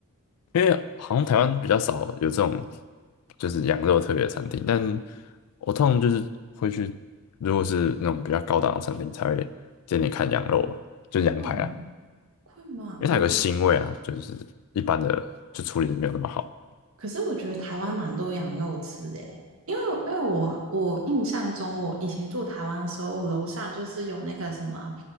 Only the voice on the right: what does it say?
会吗会吗？
我我，
可是我觉得台湾蛮多羊肉吃的耶因为因为我我印象中，我以前住台湾的时候，我楼下就是有那个什么